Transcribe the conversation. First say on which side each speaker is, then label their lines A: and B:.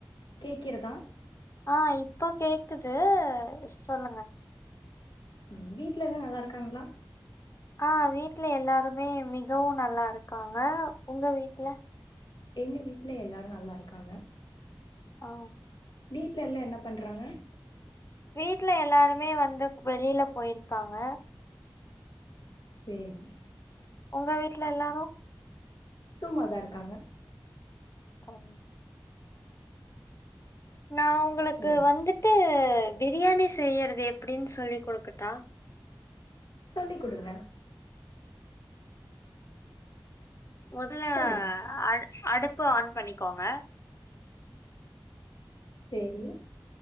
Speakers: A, on the left (about 70°); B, on the left (about 35°).
A: கேக்கிறதா
B: ஆ இப்ப கேக்குது சொல்லுங்க
A: ம் வீட்ல எல்லா நல்லா இருக்காங்ளா
B: ஆ வீட்ல எல்லாருமே மிகவு நல்லா இருக்காங்க உங்க வீட்ல
A: எங்க வீட்ல எல்லாரு நல்லா இருக்காங்க
B: ஆ
A: வீட்ல எல்லா என்ன பண்றாங்க
B: வீட்ல எல்லாருமே வந்து வெளியில போயிருக்காங்க
A: சேரி
B: உங்க வீட்டுல எல்லாரு
A: சும்மாதா இருக்காங்க
B: அப்பறம் நா உங்களுக்கு
A: சேரி
B: வந்துட்டு பிரியாணி செய்யறது எப்டின் சொல்லி குடுக்கட்டா
A: சொல்லி குடுங்க
B: மொதல்ல
A: சொல்லுங்க
B: அ அடுப்பு ஆன் பண்ணிக்கோங்க
A: செரி